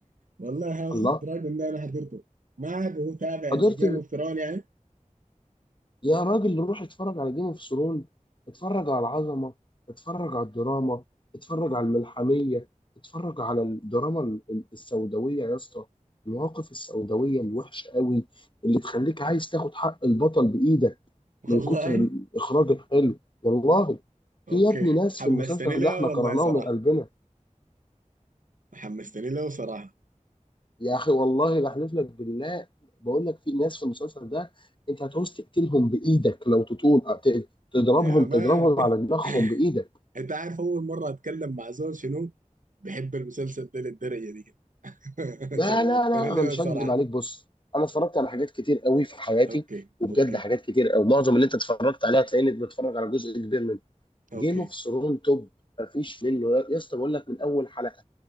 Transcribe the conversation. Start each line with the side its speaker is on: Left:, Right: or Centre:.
Right: والله هاوس
Left: الله
Right: اوف دراجون ده انا حضرته ما عاد متابع
Left: حضرت
Right: لجيم اوف ثرون يعني
Left: يا راجل روح اتفرج على جيم اوف ثرون اتفرج على العظمه اتفرج على الدراما اتفرج على الملحميه اتفرج على الدراما ال- ال- السوداويه يا اسطى المواقف السوداويه الوحشه قوي اللي تخليك عايز تاخد حق البطل بايدك
Right: والله
Left: من كتر الاخراج الحلو والله
Right: <laughs> اوكي
Left: في يا ابني ناس
Right: حمستني
Left: في المسلسل
Right: له
Left: ده احنا
Right: والله
Left: كرهناهم
Right: صراحه
Left: من قلبنا
Right: حمستني له صراحه
Left: يا اخي والله بحلف لك بالله بقول لك في ناس في المسلسل ده انت هتعوز تقتلهم بايدك لو تطول ت- تضربهم
Right: يا مان
Left: تضربهم على دماغهم بايدك
Right: <laughs> انت عارف اول مره اتكلم مع زول شنو بحب المسلسل ده للدرجه دي كده
Left: لا
Right: <laughs> شوقتني
Left: لا لا
Right: له
Left: انا مش
Right: صراحه
Left: هكذب عليك بص انا اتفرجت على حاجات كتير قوي في حياتي
Right: اوكي
Left: وبجد
Right: اوكي
Left: حاجات كتير قوي معظم اللي انت اتفرجت عليها هتلاقيني بتفرج على جزء كبير منه
Right: اوكي
Left: جيم اوف ثرون توب مفيش منه يا اسطى بقول لك من اول حلقه